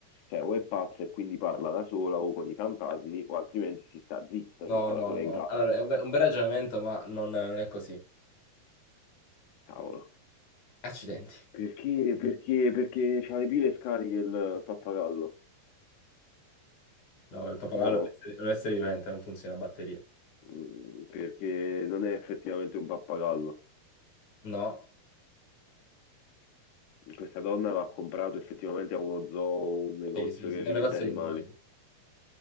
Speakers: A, on the left; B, on the left.
A: cioè o è pazza e quindi parla da sola o con i fantasmi, o altrimenti si sta zitta
B: No,
A: se sta
B: no,
A: da sola
B: no.
A: in casa.
B: Allora, è un, be- un bel ragionamento, ma non, non è così.
A: Cavolo.
B: Accidenti.
A: Perché? Perché? Perché c'ha le pile scariche il pappagallo?
B: No, il papagallo
A: No,
B: è un essere, è un essere vivente, non funziona a batterie.
A: mm, perché non è effettivamente un pappagallo.
B: No?
A: Questa donna l'ha comprato effettivamente a uno zoo, un negozio
B: Sì, sì,
A: che
B: sì. È
A: rivende
B: un negozio
A: animali.
B: di animali.